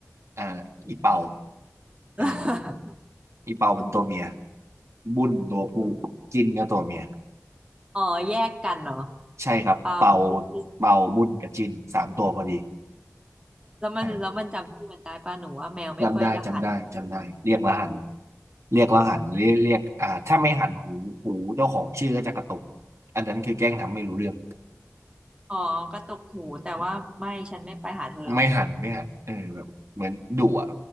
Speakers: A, on the right; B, on the right.
A: อ่าอีเป่าเออ
B: <laughs>
A: อีเปาเป็นตัวเมียบุ้นตัวผู้จิ้นก็ตัวเมีย
B: อ๋อแยกกันเหรอ
A: ใช่ครับเปา
B: เป่าวุ้นจิ้น
A: เป่าบุ้นกับจิ้นสามตัวพอดี
B: แล้วมันแล้วมันจำชื่อมันได้ป่ะหนูว่าแมวไม่ค่อยจะหัน
A: เออ จำได้จำได้จำได้เรียกแล้วหันเรียกแล้วหันเรียกเรียกอ่าถ้าไม่หันหูหูเจ้าของชื่อก็จะกระตุกอันนั้นคือแกล้งทำไม่รู้เรื่อง
B: อ๋อกระตุกหูแต่ว่าไม่ฉันไม่ไปหาเธอหรอก
A: ไม่หันไม่หันเออแบบเหมือนดุอ่ะ